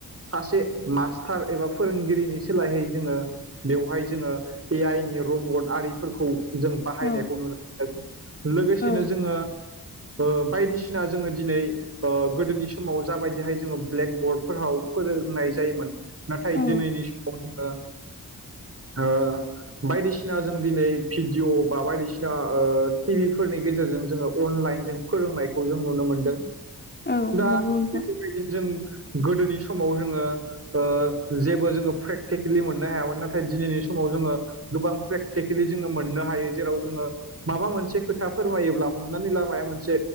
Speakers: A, on the right (about 40°); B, on the left (about 30°).
A: सासे मास्टार एबा फोरोंगिरिनि सोलायहै जोङो बेवहाय जोङो ए आइ नि रर्बट आरिफोरखौ जों बाहायनायखौ
B: औ
A: नुनो मोनदों लोगोसेनो
B: औ
A: जोङो
B: <inaudible>
A: ओ बायदिसिना जोङो दिनै ओ गोदोनि समाव जाबायदिहाय जोङो ब्लेक बर्डफोराव फोरोंनाय जायोमोन नाथाय
B: औ
A: दिनैनि समाव जोङो ओ बायदिसिना जों दिनै भिडिय' बा बायदिसिना ओ टि भिफोरनि गेजेरजों जोङो अनलाइन जों फोरोंनायखौ जों नुनो मोनदों
B: औ
A: दा
B: नंगौ नोंथां
A: बेफोरबायदि जों गोदोनि समाव जोङो ओ जेबो जोङो प्रेक्टिकेलि मोननो हायामोन नाथाय दिनैनि समाव जोङो गोबां प्रेक्टिकेलि जोङो मोननो हायो जेराव जोङो माबा मोनसे खोथा फोरमायोब्ला हमनानै ला माया मोनसे